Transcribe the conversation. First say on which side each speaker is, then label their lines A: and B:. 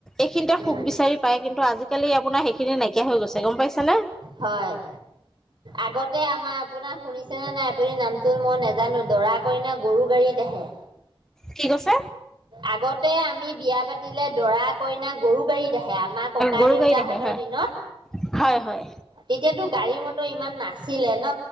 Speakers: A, in the centre; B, on the right.
A: এইখিনিতে
B: উম
A: সুখ বিচাৰি ই পাই কিন্তু আজিকালি আপোনাৰ সেইখিনি নাইকিয়া হৈ গৈছে গম পাইছে নে?
B: হয় আগতে আমাৰ আপোনাৰ শুনিছেনে নাই আপুনি নামটো মই নেজানো, দৰা - কইনা গৰু গাড়ীত আহে।
A: কি কৈছে?
B: আগতে আমি বিয়া পাত তিলে দৰা - কইনাক গৰু গাড়ীত আহে, আমাৰ ককা
A: গৰু
B: দেউতাহঁতৰ
A: গাড়ীত আহে হয়
B: দিনত।
A: হয় হয়
B: তেতিয়াতো গাড়ী মটৰ ইমান নাছিলে ন,